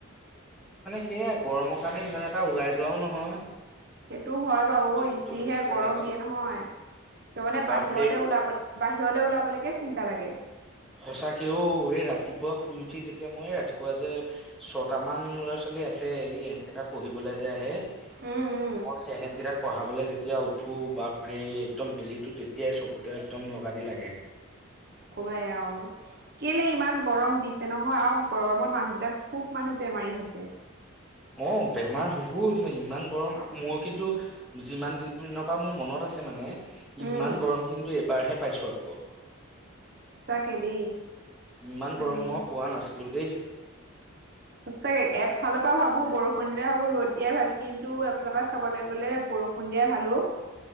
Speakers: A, in the centre; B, on the right.
A: এ' গৰমৰ কাৰণে ইমান এটা ওলাই যোৱাও নহয়।
B: সেইটো হয় বাৰু
A: দিনটোত
B: ই যিহে
A: তেনেকে
B: গৰম দিয়ে নহয়। ত' মানে
A: বাপৰে
B: বাহিৰলৈ ওলাব বাহিৰলৈ ওলাব লৈকে চিন্তা লাগে।
A: সঁচাকে ঔ এই ৰাতিপুৱা শুই উঠি যেতিয়া মই ৰাতিপুৱা যে ছটা মান ল'ৰা- ছোৱলী আছে এই সেইকেইটা পঢ়িবলৈ যে আহে-
B: উম উম
A: মই সেইহেন কেইটাক পঢ়াবলৈ যেতিয়া উঠো বাঃ বে একদম বেলিতো তেতিয়াই চকুত- একদম লগা দি লাগে।
B: ওপাই আৰু কেলে ইমান গৰম দিছে নহয় আৰু গৰমত মানুহ বিলাক- খুব মানুহ বেমাৰী হৈছে।
A: অঁ বেমাৰ হবও তুমি ইমান গৰম। মই কিন্তু যিমান দিন- তো মোৰ মনত আছে মানে- ইমান
B: উম
A: গৰম কিন্তু এইবাৰ'হে পাইছো আকৌ।
B: সঁচাকে দেই
A: ইমান
B: মানে
A: গৰম মই পোৱা নাছিলো দেই।
B: সচাকে এফালৰ পৰা ভাবো বৰষুণ দিলে ভাবো ৰ'দ দিয়াই ভাল কিন্তু এফালৰ পৰা চাবলৈ গ'লে- বৰষুণ দিয়াই ভালো অ।